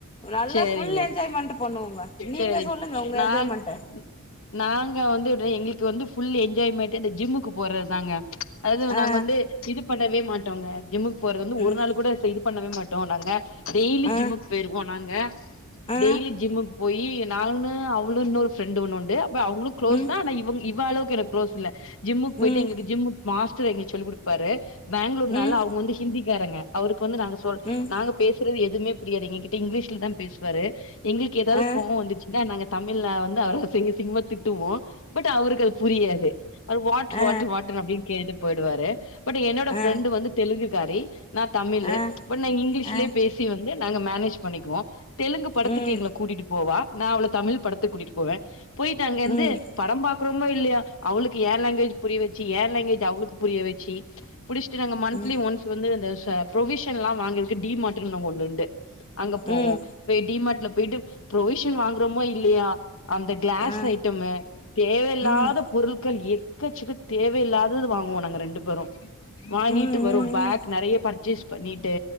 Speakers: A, on the left; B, on the left.
A: நல்லா
B: சரிங்க.
A: ஃபுல் என்ஜாய்மெண்ட் பண்ணுவோங்க நீங்க
B: சரி.
A: சொல்லுங்க உங்க
B: நாங்
A: என்ஜாய்மென்ட
B: நாங்க வந்து எங்களுக்கு வந்து புல் என்ஜாய்மெண்ட்டே அந்த ஜிம்முக்கு போறதுதாங்க அது வந்து
A: ஆ
B: நாங்க வந்து இது பண்ணவே மாட்டோங்க ஜிம்முக்கு போறது வந்து ஒரு
A: ம்
B: நாள் கூட இது பண்ணவே மாட்டோ நாங்க டெய்லி
A: ஆ
B: ஜிம்முக்கு போயிருவோ நாங்க
A: ஆ
B: டெய்லி ஜிம்முக்கு போயி நானு அவளு இன்னொரு பிரெண்ட்டு ஒன்னு உண்டு அப்ப அவங்களு க்ளோஸ்தா
A: ம்
B: ஆனா இவங் இவ அளவுக்கு குளோஸ் இல்ல ஜிம்முக்கு போயிட்டு
A: ம்
B: எங்களுக்கு ஜிமுக்கு மாஸ்ட் ர் எங்குளுக்கு சொல்லி கொடுப்பாரு பெங்களூர்னால
A: ம்
B: அவங்க வந்து ஹிந்திக்காரங்க அவருக்கு வந்து நாங்க சொல்
A: ம்
B: நாங்க பேசுறது எதுமே புரியாது எங்க கிட்ட இங்கிலீஷ்ல தா பேசுவாரு எங்களுக்கு ஏதாவது
A: ஆ
B: கோவோ வந்துச்சுன்னா நாங்க தமிழ்ல வந்து அவர அசிங்க அசிங்கமா திட்டுவோ பட் அவருக்கு அது புரியாது அவுரு வாட்
A: ஆ ஆ
B: வாட் வாட்டு அப்படின்னு கேட்டு போயிடுவாரு பட் என்னோட ஃப்ரெண்டு்
A: ஆ
B: வந்து தெலுங்குக்காரி நா தமிழு
A: ஆ
B: பட் நாங்க இங்கிலீஷ்லயே
A: ஆ
B: பேசி சி வந்து நாங்க மேனேஜ் பண்ணிக்குவோ தெலுங்கு படத்துக்கு
A: ம்
B: எங்களை கூட்டிட்டு போவா நா அவள தமிழ் படத்துக்கு கூட்டிட்டு போவே போயிட்டு அங்க இருந்து
A: ம்
B: படம் பாக்குறோமோ இல்லையோ அவளுக்கு ஏ லேங்குவேஜ் புரிய வச்சு ஏன் லேங்குவேஜ் அவளுக்கு புரிய வெச்சு புடிச்சிட்டு நாங்க மந்திலி
A: ம்
B: ஒன்ஸ் வந்து அந்த ச ப்ரொவிஷன் எல்லா வாங்குறதுக்கு டி மார்ட்டுனு அங்க ஒண்ணு உண்டு அங்க போவோ
A: ம்
B: இப்ப டி மார்ட்ல போயிட்டு ப்ரொவிஷன் வாங்குறோமோ இல்லையோ அந்த கிளாஸ்
A: ஆ
B: ஐட்டமு தேவையில்லாத
A: ம்
B: பொருட்கள் எக்கச்சக்கோ தேவையில்லாதது வாங்குவோ நாங்க ரெண்டு பேரு வாங்கிட்டு
A: ம்
B: வருவோ
A: ம்
B: பேக்
A: ம்
B: நெறைய பர்ச்சேஸ் பண்ணிட்டு